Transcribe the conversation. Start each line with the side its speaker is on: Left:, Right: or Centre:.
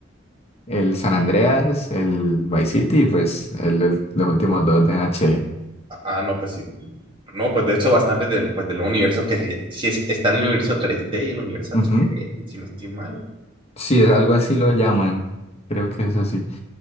Left: el San Andreas, el Vice City y pues el- el- los últimos dos de NH.
Right: ah, ah, no, pues sí. No, pues de hecho, bastante del, pues, del universo que se- si es- está en el universo 3D y el universo
Left: Ujú.
Right: 3D si no estoy mal.
Left: Sí, es algo así lo llaman. Creo que es así.